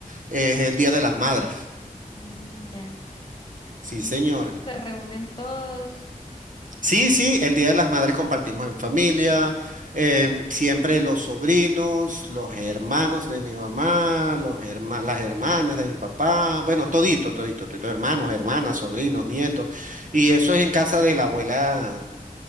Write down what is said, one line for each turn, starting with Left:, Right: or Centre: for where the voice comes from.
Right: es el Día de las Madres.
Left: Mm, ya.
Right: Sí, señor.
Left: En- Se reúnen todos.
Right: Sí, sí, el Día de las Madres compartimos en familia, em, siempre los sobrinos, los hermanos de mi mamá, los herma- las hermanas de mi papá, bueno, todito, todito, todito, hermanos, hermanas, sobrinos, nietos, y eso es en casa de la abuela